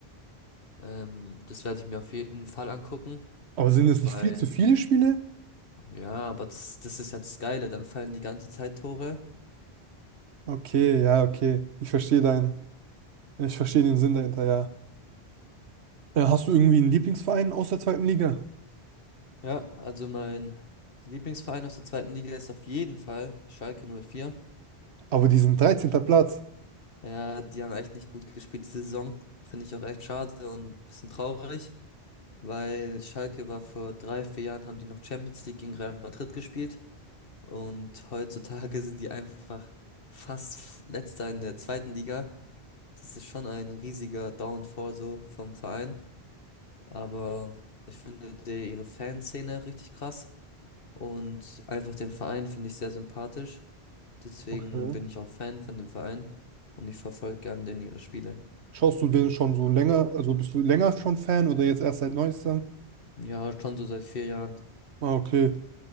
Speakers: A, on the left (about 60°); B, on the right (about 85°).
A: Ähm, das werde ich mir auf jeden Fall angucken,
B: Aber sind es
A: weil
B: nicht viel zu viele Spiele?
A: ja, aber das, das ist ja das Geile. Dann fallen die ganze Zeit Tore.
B: Okay, ja, okay. Ich verstehe deinen, ich verstehe den Sinn dahinter, ja. Äh, hast du irgendwie einen Lieblingsverein aus der zweiten Liga?
A: Ja, also mein Lieblingsverein aus der zweiten Liga ist auf jeden Fall Schalke 04.
B: Aber diesen 13. Platz,
A: Ja, die haben echt nicht gut gespielt diese Saison. Finde ich auch echt schade und ein bisschen traurig. weil Schalke war vor drei, vier Jahren, haben die noch Champions League gegen Real Madrid gespielt und heutzutage <laughs> sind die einfach fast f- letzter in der zweiten Liga. Das ist schon ein riesiger Downfall so vom Verein, aber ich finde die, ihre Fanszene richtig krass und einfach den Verein finde ich sehr sympathisch. Deswegen
B: okay.
A: bin ich auch Fan von dem Verein und ich verfolge gern den ihre Spiele.
B: Schaust du den schon so länger? Also bist du länger schon Fan oder jetzt erst seit neuestem?
A: Ja, schon so seit vier Jahren.
B: Ah, okay.